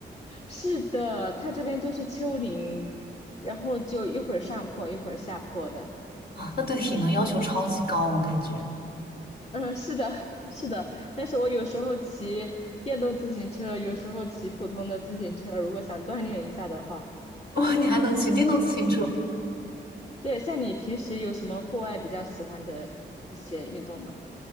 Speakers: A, on the left; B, on the left.
A: 是的，它这边就是丘陵，然后就一会儿上坡一会儿下坡的。
B: 啊，那对体能要求超级高，我感觉。
A: 嗯，是的，是的。但是我有时候骑电动自行车，有时候骑普通的自行车，如果想锻炼一下的话，
B: <laughs> 哇，你还能骑电动自行车？
A: 嗯，对。像你平时有什么户外比较喜欢的一些运动吗？